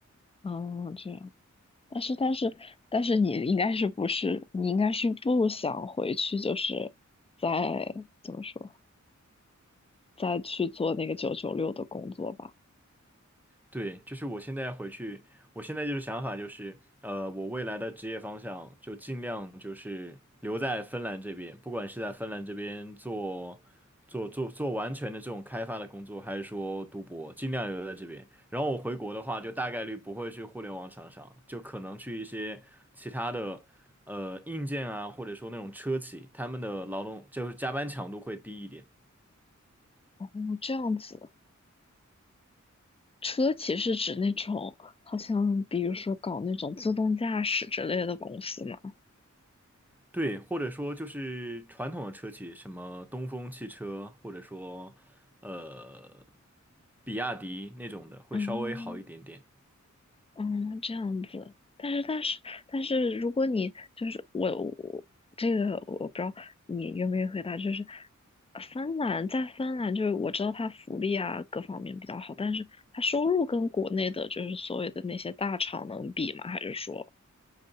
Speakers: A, on the left; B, in the centre.
A: 哦，这样。但是但是但是你应该是不是你应该是不想回去，就是在怎么说？再去做那个九九六的工作吧。
B: 对，就是我现在回去，我现在就是想法就是，呃，我未来的职业方向就尽量就是留在芬兰这边，不管是在芬兰这边做做做做完全的这种开发的工作，还是说读博，尽量留在这边。然后我回国的话，就大概率不会去互联网厂商，就可能去一些其他的呃硬件啊，或者说那种车企，他们的劳动就是加班强度会低一点。
A: 哦，这样子。车企是指那种好像比如说搞那种自动驾驶之类的公司嘛？
B: 对，或者说就是传统的车企，什么东风汽车，或者说呃比亚迪那种的，会稍微好一点点。
A: 哦，嗯，这样子。但是，但是，但是，如果你就是我，我这个我不知道你愿不愿意回答，就是芬兰在芬兰，就是我知道它福利啊各方面比较好，但是它收入跟国内的就是所谓的那些大厂能比吗？还是说？